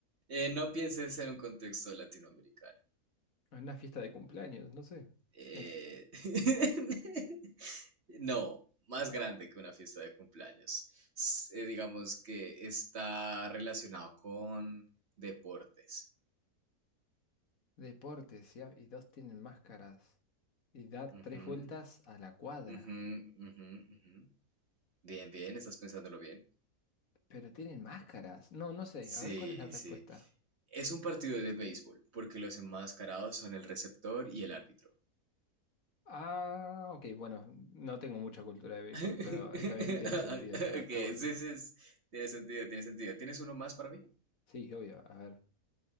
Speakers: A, on the right (about 45°); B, on the left (about 65°).
A: Eh, no pienses en un contexto latinoamericano.
B: En una fiesta de cumpleaños, no sé.
A: Eh,
B: Es-
A: <laughs> No, más grande que una fiesta de cumpleaños. S- eh, digamos que está relacionado con deportes.
B: Deportes, ¿ya? Y dos tienen máscaras. Y da
A: Ujú,
B: tres vueltas a la cuadra.
A: ujú, ujú, ujú. Bien, bien, estás pensándolo bien.
B: Pero tienen máscaras. No, no sé.
A: Sí,
B: A ver cuál es la respuesta.
A: sí. Es un partido de béisbol, porque los enmascarados son el receptor y el árbitro.
B: Ah, ok. Bueno, no tengo mucha cultura
A: <laughs>
B: de béisbol,
A: Ok,
B: pero está bien, tiene sentido y todo. Está bueno.
A: sí, sí, es- tiene sentido, tiene sentido. ¿Tienes uno más para mí?
B: Sí, obvio. A ver.